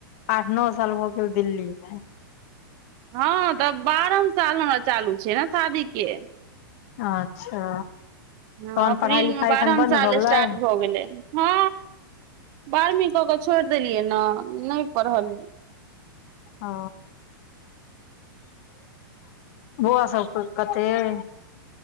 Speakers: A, on the left (about 40°); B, on the right (about 30°).
A: आठ-नओ साल भऽ गेल दिल्लीमे।
B: हँ, तऽ बारहम साल हमरा चालू छै ने शादी के।
A: अच्छा।
B: हँ
A: तहन
B: अप्रीलमे
A: पढ़ाई लिखाई
B: बारहम
A: एखन बन्द
B: साल
A: भऽ गेलै
B: स्टार्ट भऽ गेलै। हँ, बारहवीं कऽ कऽ छोड़ि देलियै ने। नहि पढ़लियै।
A: ओ, बौआसभ क कतेक अइ?